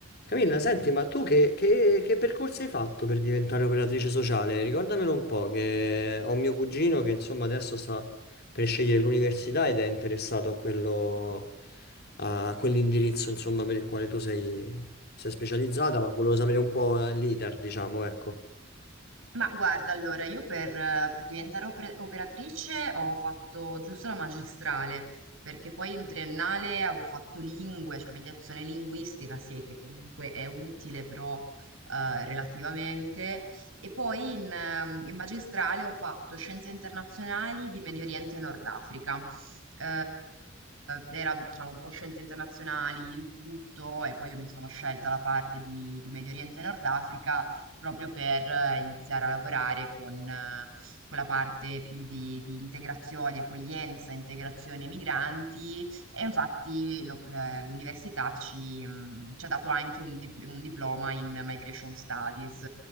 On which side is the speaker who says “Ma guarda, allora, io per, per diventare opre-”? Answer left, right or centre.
Right